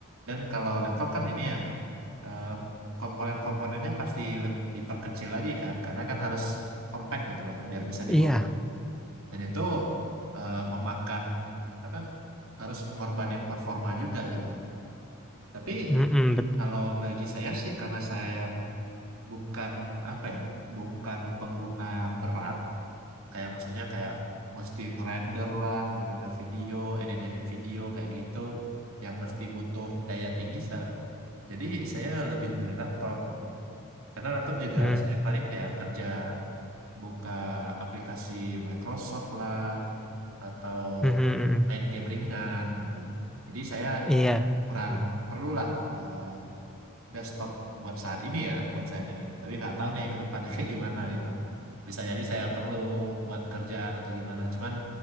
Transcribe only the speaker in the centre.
Iya.
Mm, mm, bet
mm,
mm, mm, mm, mm.
Iya.
Mm.